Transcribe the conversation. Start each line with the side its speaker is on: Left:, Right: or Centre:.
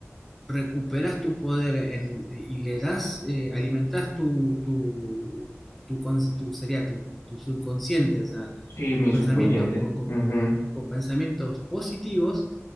Centre: recuperas tu poder en- y le das, eh, alimentás tu, tu, tu, cons- tu- sería tu, tu subconsciente, o sea,
Left: Sí,
Centre: tus
Left: mi
Centre: pensamientos
Left: subconsciente.
Centre: con, con
Left: Ujú,
Centre: con pensamientos positivos,